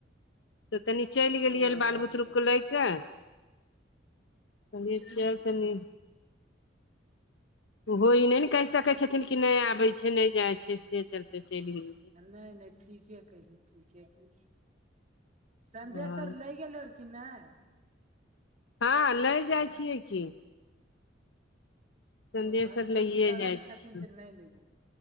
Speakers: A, on the left (about 65°); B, on the right (about 40°).
A: तऽ तनी चलि गेलियै
B: ओ
A: रे बाल
B: अच्छा
A: बुतरूकेँ लए के कलियै चल
B: अच्छा
A: तनी
B: अच्छा
A: ओहो ई नहि ने कहि सकै छथिन कि नहि आबै छै नहि जाइ छै से चलते चलि गेलियै
B: नहि नहि ठीके कहि ठीके कहि संदेश
A: हँ
B: अर लै गेलै की नहि
A: हँ लै जाइ छियै की संदेश
B: उएह तऽ हम
A: आर
B: कहियै
A: लैए
B: कि बगलमे
A: जाइ
B: छथिन
A: छियै
B: तऽ नहि ले जाय